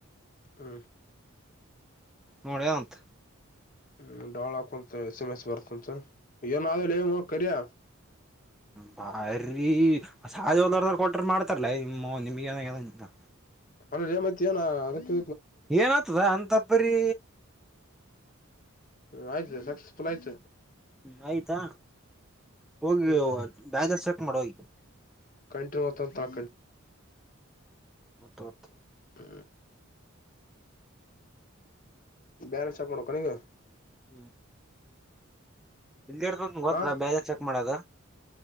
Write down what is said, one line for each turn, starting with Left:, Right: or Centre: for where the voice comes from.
Left: ಹ್ಮ
Centre: ನೋಡೆಂತ್
Left: ಹ್ಮ ಡೋಳ ಕುಂತ ಎಸ್ ಎಮ್ ಎಸ್ ಬರ್ತಂತ ಏನ ಆದಲ್ಲೆ ಇವ ಕರಿಯ
Centre: ಬಾರಿ ಆ ಸಾದೇವ್ನವರಿಗೆ ಕೊಟ್ರ ಮಾಡ್ತಾರ್ಲೆ ನಿಮೌನ್ ನಿಮಗೇನಾಗಿದೆ ಅಂತ
Left: ಅಲ್ಲಲೇ ಮತ್ತೇನ ಅದಕ್ಕೆ
Centre: ಏನ ಆತದ ಅಂತಾಪ್ಪರಿ
Left: ಹೂಂ ಆಯ್ತ ಸಕ್ಸಸ್ಫುಲ್ ಆಯ್ತ
Centre: ಹ್ಮ ಆಯ್ತಾ ಹೋಗಿ
Left: ಹ್ಮ್
Centre: ಬ್ಯಾಲೆನ್ಸ್ ಚೆಕ್ ಮಾಡ ಹೋಗಿ
Left: ಕಂಟಿನ್ಯೂ ವತ್ತಂತ ಹಾಕಂಡ್
Centre: ಒತ್ತ್ ಒತ್
Left: <unintelligible> ಬ್ಯಾಲೆನ್ಸ್ ಚೆಕ್ ಮಾಡಬೇಕೆನಿಗ
Centre: <inaudible> ಇಲ್ಲಿರ್ತ ಗೊತ್ತಲ್ಲ
Left: ಹ
Centre: ಬ್ಯಾಲೆನ್ಸ್ ಚೆಕ್ ಮಾಡಾದ